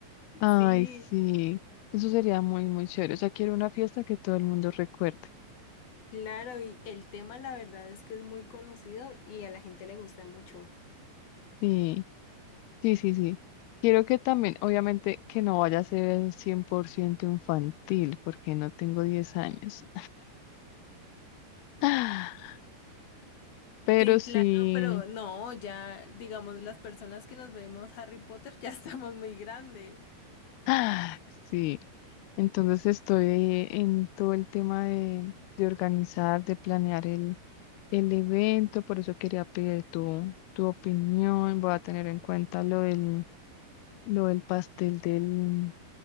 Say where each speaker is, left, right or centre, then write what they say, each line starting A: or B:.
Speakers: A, on the left; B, on the left.
A: Ay,
B: Sí.
A: sí, eso sería muy, muy chévere. O sea, quiero una fiesta que todo el mundo recuerde.
B: Claro, y el tema la verdad es que es muy conocido y a la gente le gusta mucho.
A: Sí, sí, sí, sí. Quiero que también, obviamente, que no vaya a ser 100% infantil, porque no tengo 10 años. <laughs> Pero
B: Sí,
A: sí.
B: claro, pero no, ya digamos las personas que nos vemos Harry Potter ya <laughs> estamos muy grandes.
A: Ah, sí, entonces estoy eh, en todo el tema de, de organizar, de planear el, el evento, por eso quería pedir tu, tu opinión, voy a tener en cuenta lo del, lo del pastel del,